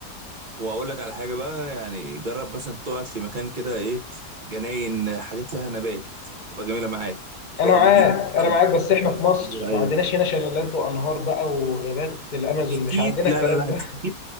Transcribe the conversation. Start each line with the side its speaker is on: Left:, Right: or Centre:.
Right: واقول لك على حاجه بقى يعني جرب مثلا تقعد في مكان كده ايه جناين حاجات فيها نبات تبقى جميله معاك
Left: انا
Right: راضي
Left: معاك انا
Right: ارض
Left: معاك بس احنا في مصر
Right: زراعيه
Left: ما عندناش هنا شلالات وانهار بقى وغابات الامازون
Right: اكيد
Left: مش عندنا
Right: لا
Left: الكلام
Right: لا لا
Left: ده
Right: اكيد